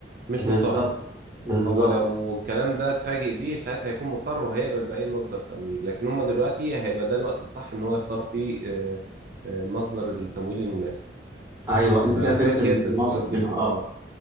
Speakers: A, on the right (about 50°); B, on the right (about 15°).
A: مش
B: بالظبط
A: مضطر
B: كده بالظبط
A: هو لو
B: كده.
A: الكلام ده اتفاجئ بيه ساعتها هيكون مضطر وهيقبل بأي مصدر تمويل لكن هم دلوقتي هيبقى ده الوقت الصح ان هو يختار فيه آه، آه، مصدر التمويل المناسب
B: ايوه انت
A: فكويس
B: كده فهمت ال-
A: جدا
B: المقصد
A: كويس جدا
B: منها اه
A: اه